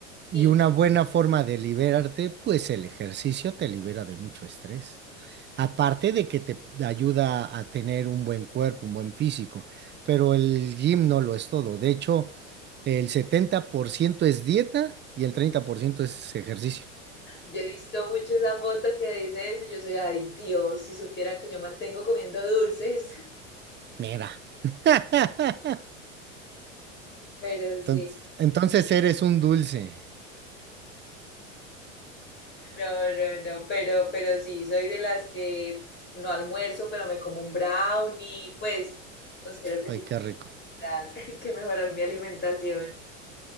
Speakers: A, on the left; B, on the right.
A: Y,
B: Y una buena forma de liberarte, pues el ejercicio te libera de mucho estrés. Aparte de que te ayuda a tener un buen cuerpo, un buen físico, pero el gym no lo es todo. De hecho, el 70% es dieta y el 30% es ejercicio.
A: Yo he visto mucho esa foto que dice eso y yo soy, ay Dios, si supieran que yo mantengo comiendo dulces, <laughs>
B: Mira. <laughs>
A: pero
B: Entonces,
A: sí,
B: entonces eres un dulce.
A: no, no, no, pero, pero sí, soy de las que no almuerzo, pero me como un brownie, pues considero que
B: Ay,
A: sí
B: qué rico.
A: tengo que mejorar, <laughs> que mejorar mi alimentación.